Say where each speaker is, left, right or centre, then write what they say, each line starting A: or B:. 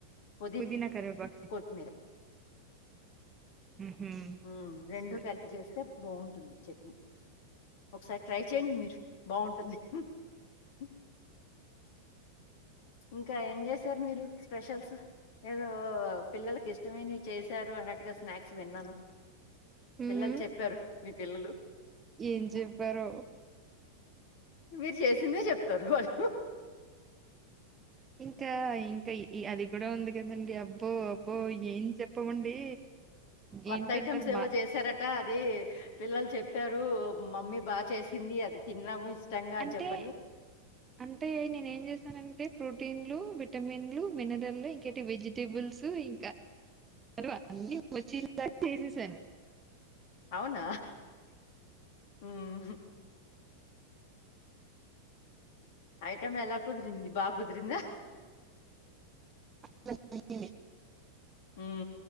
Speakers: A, on the left; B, on the right.
A: పొదిన
B: పుదీనా కరివేపాకు చెయ్
A: కొత్తిమీర
B: ఉహు
A: ఉ రెండూ
B: సరే
A: కలిపి చేస్తే బాగుంటుంది చట్నీ ఒకసారి ట్రై చేయండి మీరు బాగుంటుంది హ్ హ్ ఇంకా ఏం చేసారు మీరు స్పెషల్స్ ఏదో పిల్లలకి ఇష్టమైనవి చేశారు అన్నట్టుగా స్నాక్స్ విన్నాను
B: హ్
A: పిల్లలు
B: హ్
A: చెప్పారు మీ పిల్లలు
B: ఏం చెప్పారో
A: మీరు చేసిందే చెప్తారు వాళ్ళు
B: ఇంకా ఇంకా అది కూడా ఉంది కదండి అబ్బో అబ్బో ఏం చెప్పమండి
A: కొత్త
B: ఏంటంటారు
A: ఐటెమ్స్ ఏవో
B: బా
A: చేసారట అది పిల్లలు చెప్పారు మమ్మీ బాగా చేసింది అది తిన్నాము ఇష్టంగా అని
B: అంటే
A: చెప్పని
B: అంటే నేనేం చేస్తానంటే ప్రోటీన్లు విటమిన్లు మినరల్లు ఇంకటి వెజిటేబుల్స్ం క అ వచ్చిన్ వరకు వేసేసాను
A: అవున అహ ఐటమ్ ఎలా కుదిరింది బాగ కుదిరింద
B: <unintelligible>
A: ఉ